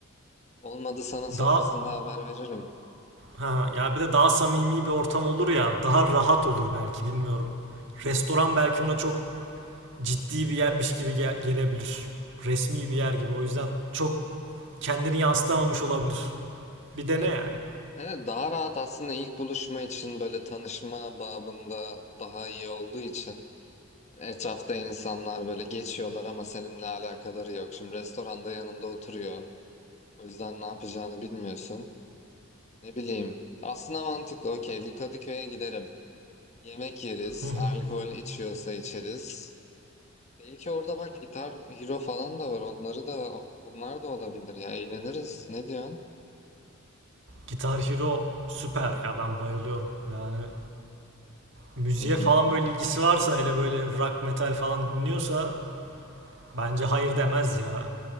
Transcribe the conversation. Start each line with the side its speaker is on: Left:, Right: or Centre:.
Left: Olmadı sana
Right: Daha
Left: sonrasında haber veririm.
Right: ha ya bir de daha samimi bir ortam olur ya, daha rahat olur belki bilmiyorum. Restoran belki ona çok ciddi bir yermiş gibi ge- gelebilir. Resmi bir yer gibi. O yüzden çok kendini yansıtamamış olabilir. Bir dene
Left: Evet,
Right: yani.
Left: evet daha rahat aslında ilk buluşma için böyle tanışma babında daha iyi olduğu için. Etrafta insanlar böyle geçiyorlar ama seninle alakaları yok. Şimdi restoranda yanında oturuyor. O yüzden ne yapacağını bilmiyorsun. Ne bileyim. Aslında mantıklı. Okey, bir Kadıköy'e giderim. Yemek yeriz.
Right: <laughs>
Left: Alkol içiyorsa içeriz. Belki orada bak gitar, hero falan da var. Onları da onlar da olabilir ya. Eğleniriz. Ne diyorsun?
Right: Guitar Hero süper ya ben bayılıyorum. Yani müziğe
Left: Hmm.
Right: falan böyle ilgisi varsa hele böyle rock metal falan dinliyorsa bence hayır demez ya.